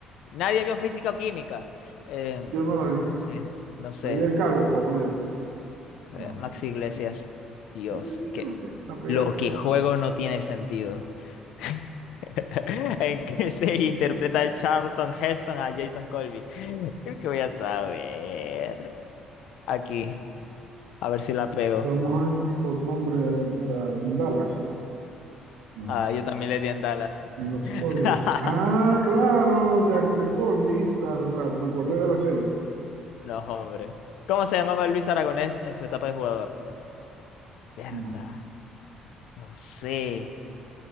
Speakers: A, on the left; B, on the right.
A: Nadie vio Físico Química. Em,
B: yo no la vi.
A: no sé, no sé.
B: Había el calvo, voy a poner yo. No.
A: Eh, Maxi Iglesias. Dios,
B: Eh,
A: que
B: la, pe- la pegaste.
A: lo que juego no tiene sentido. <laughs> ¿En qué serie interpreta Charlton Heston a Jason Colby? <laughs> Creo que voy a saber. Aquí, a ver si la pego.
B: Vamos a ver si por nombre me la- en Dallas. No.
A: Ah, yo también le di en Dallas.
B: En los
A: <laughs>
B: Colbys. Ah, claro, Jack el Colby. Claro, claro. Me acordé de la serie.
A: Los hombres. ¿Cómo se llamaba Luis Aragonés en su etapa de jugador? Berta,
B: No sé.
A: no sé.